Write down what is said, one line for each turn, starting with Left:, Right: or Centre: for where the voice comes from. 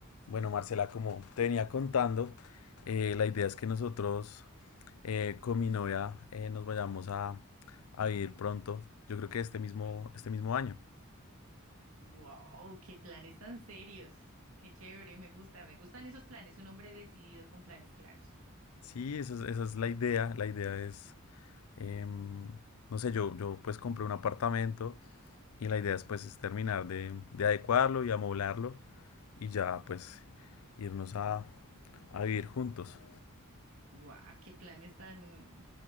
Left: Bueno, Marcela, como te venía contando, eh, la idea es que nosotros eh, con mi novia eh, nos vayamos a, a vivir pronto. Yo creo que este mismo, este mismo año.
Right: Wow, qué planes tan serios. Qué chévere, me gusta, me gustan esos planes, un hombre decidido con planes claros.
Left: Sí, esa es, esa es la idea. La idea es, em, no sé, yo, yo pues compré un apartamento y la idea es pues es terminar de, de adecuarlo y amoblarlo y ya pues irnos a, a vivir juntos.
Right: Guau, qué planes tan